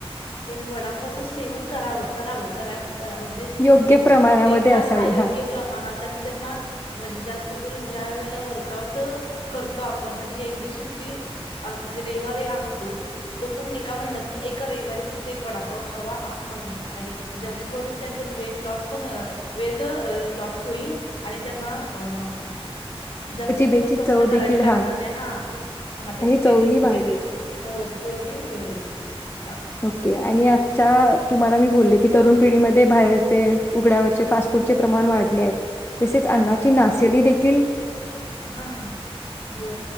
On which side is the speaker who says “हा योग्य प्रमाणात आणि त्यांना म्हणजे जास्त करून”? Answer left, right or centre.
Left